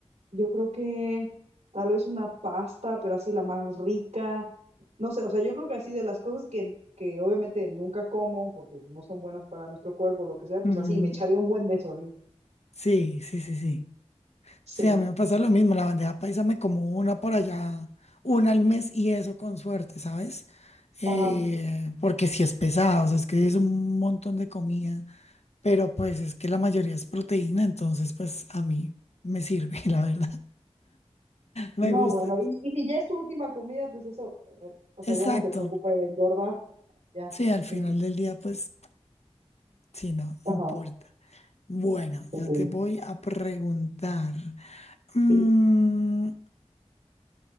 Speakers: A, on the right; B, on the left.
A: yo creo que tal vez una pasta, pero así la más rica. No sé, o sea, yo creo que así de las cosas que, que obviamente nunca como, porque pues, no son buenas para nuestro cuerpo, lo que sea, pues
B: Ujú.
A: así me echaré un buen de eso, así.
B: Sí, sí, sí, sí.
A: Sí.
B: Sí, a mí me pasa lo mismo, la bandeja paisa me como una por allá, una al mes y eso con suerte, ¿sabes? Eh,
A: Ajá.
B: porque si es pesado, o sea, es que es un montón de comida, pero pues es que la mayoría es proteína, entonces pues a mí me sirve, <laughs> la verdad, me
A: No,
B: gusta.
A: bueno, y, y si ya es tu última comida, pues eso, eh, o sea,
B: Exacto,
A: ya no te preocupa el engordar, ya.
B: sí, al final
A: X.
B: del día pues sí, no,
A: Ajá.
B: no importa. Bueno,
A: Ok.
B: yo te voy a preguntar. mm,
A: Sí.